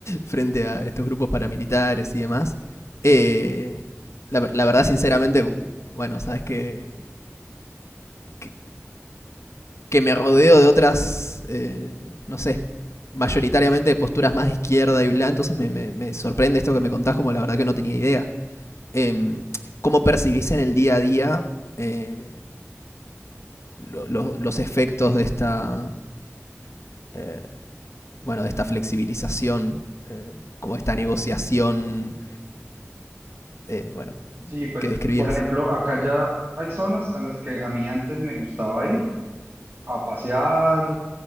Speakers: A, on the left; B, on the right.
A: frente a estos grupos paramilitares y demás. Eh, la, la verdad, sinceramente, bueno, sabes que, que, que me rodeo de otras, eh, no sé, mayoritariamente de posturas más de izquierda y bla, entonces me, me- me sorprende esto que me contás, como la verdad que no tenía idea. Em, ¿Cómo percibís en el día a día eh, lo- lo- los efectos de esta, eh, bueno, de esta flexibilización, eh, como esta negociación, eh, bueno,
B: Sí, pues,
A: que describías.
B: por ejemplo, acá ya hay zonas a las que a mí antes me gustaba ir a pasear,